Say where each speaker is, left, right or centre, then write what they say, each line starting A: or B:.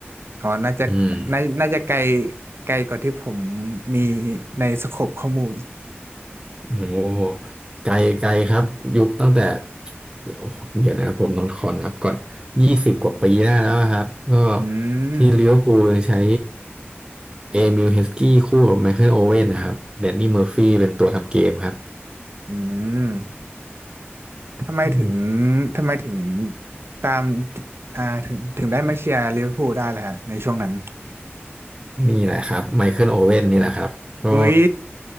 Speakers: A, on the right; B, on the right.
A: อ๋อน่าจะ
B: อืม
A: น่าน่าจะไกลไกลกว่าที่ผมมีในสโคปข้อมูล
B: โอ้โหไกลไกลครับยุคตั้งแต่โอ้โหเดี๋ยวนะผมนอนคอนครับก่อนยี่สิบกว่าปีได้แล้วครับก็
A: อืม
B: ที่ลิเวอร์พูลยังใช้เอมิลเฮสกี้คู่กับไมเคิลโอเว่นนะครับแดนนี่เมอร์ฟี่เป็นตัวทำเกมครับ
A: อืมทำไมถึง
B: อืม
A: ทำไมถึงตามอ่าถึง ถึงได้มาเชียร์ลิเวอร์พูลได้ล่ะฮะในช่วงนั้น
B: นี่แหละครับไมเคิลโอเว่นนี่แหละครับก็
A: อุ๊ย